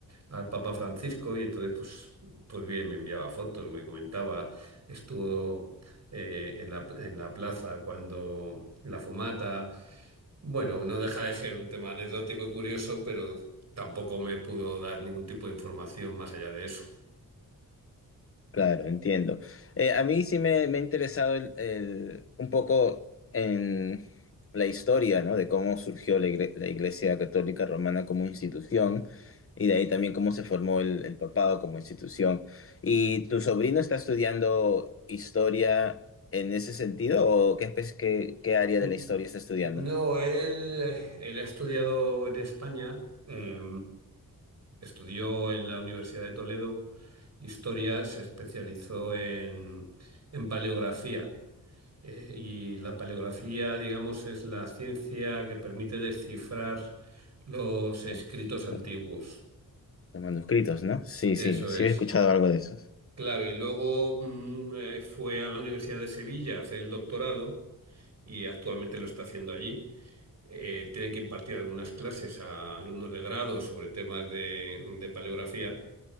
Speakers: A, on the right; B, on the left.
A: al Papa Francisco y entonces pues, pues bien, me enviaba fotos, me comentaba, estuvo eh, en la, en la plaza cuando en la fumata. Bueno, no deja de ser un tema anecdótico y curioso, pero tampoco me pudo dar ningún tipo de información más allá de eso.
B: Claro, entiendo. Eh, a mí sí me, me ha interesado el- el- un poco en la historia, ¿no? De cómo surgió la, igre- la Iglesia Católica Romana como institución y de ahí también cómo se formó el, el papado como institución. ¿Y tu sobrino está estudiando historia en ese sentido o qué, espe- qué, qué área
A: N-
B: de la historia está estudiando?
A: No, él, él ha estudiado en España, eh, estudió en la Universidad de Toledo historia, se especializó en, en paleografía. Eh, y la paleografía, digamos, es la ciencia que permite descifrar los escritos
B: Los,
A: antiguos.
B: los manuscritos, ¿no? Sí,
A: Eso
B: sí, sí
A: es.
B: he escuchado algo de eso.
A: Claro, y luego mm, eh, fue a la Universidad de Sevilla a hacer el doctorado y actualmente lo está haciendo allí. Eh, tiene que impartir algunas clases a alumnos de grado sobre temas de, de paleografía,